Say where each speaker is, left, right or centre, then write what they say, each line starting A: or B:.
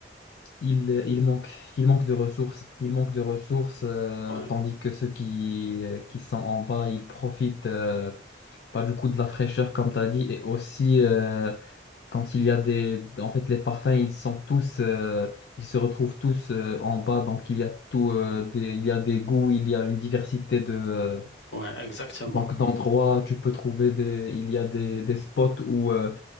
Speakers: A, on the left; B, on the left.
A: ils, ils manquent, ils manquent de ressources. Ils manquent de ressources, euh,
B: Ouais,
A: tandis que ceux qui, euh, qui sont en bas, ils profitent euh, pas du coup de la fraîcheur, comme tu as dit. Et aussi, euh, quand il y a des... En fait, les parfums, ils sont tous... euh, ils se retrouvent tous euh, en bas. Donc, il y a tout... euh, des, il y a des goûts, il y a une diversité de... euh,
B: ouais, exactement.
A: donc, d'endroits, tu peux trouver des... Il y a des, des spots où... euh,